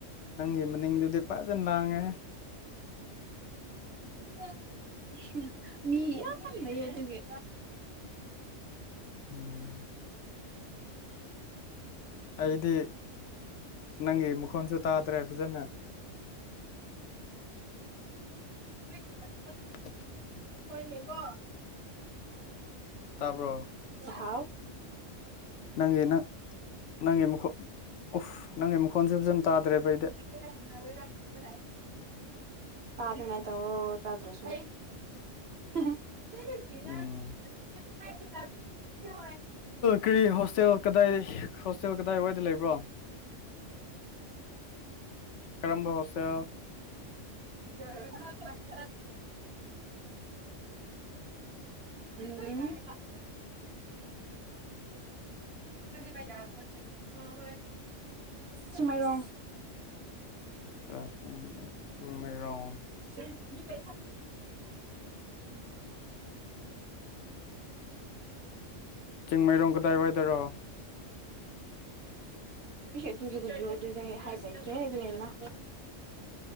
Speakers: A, on the left; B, on the right.
A: ꯅꯪꯒꯤ ꯃꯅꯤꯡꯗꯨꯗꯤ ꯐꯖꯅ ꯂꯥꯡꯉꯦ
B: <inaudible> ꯃꯤ ꯌꯥꯝ ꯂꯩꯌꯦ ꯑꯗꯨꯒꯤ
A: ꯎꯝ ꯑꯩꯗꯤ ꯅꯪꯒꯤ ꯃꯈꯣꯟꯁꯨ ꯇꯥꯗ꯭ꯔꯦ ꯐꯖꯅ
B: <inaudible>
A: <inaudible>
B: ꯍꯣꯏꯅꯦꯀꯣ
A: ꯇꯥꯕ꯭ꯔꯣ
B: ꯍꯥꯎ
A: ꯅꯪꯒꯤ ꯅꯪ ꯅꯪꯒꯤ ꯃꯈꯣꯟ ꯎꯐ ꯅꯪꯒꯤ ꯃꯈꯣꯟꯁꯨ ꯐꯖꯅ ꯇꯥꯗ꯭ꯔꯦꯕꯩꯗ
B: <inaudible> ꯇꯅꯤꯉꯥꯏ ꯇꯧꯑꯣ ꯇꯗ꯭ꯔꯁꯨ <inaudible>
A: ꯎꯝ ꯀꯔꯤ ꯍꯣꯁꯇꯦꯜ ꯀꯗꯥꯏ ꯍꯣꯁꯇꯦꯜ ꯀꯗꯥꯏꯋꯥꯏꯗ ꯂꯩꯕ꯭ꯔꯣ ꯀꯔꯝꯕ ꯍꯣꯠꯁꯦꯜ
B: <inaudible> ꯎꯝ ꯃꯌꯥꯗꯕ ꯑꯣ ꯍꯣꯏ ꯁꯃꯥꯏꯔꯣꯡ
A: ꯑ ꯆꯤꯡ ꯃꯔꯣ
B: ꯁ
A: ꯆꯤꯡꯃꯩꯔꯣꯡ ꯀꯗꯥꯏ ꯋꯥꯏꯗꯔꯣ
B: ꯑꯗꯨꯗꯤ ꯑꯗꯨꯗꯦꯛ <inaudible> ꯍꯥꯏꯕꯇ꯭ꯔꯦ ꯍꯦꯟꯅ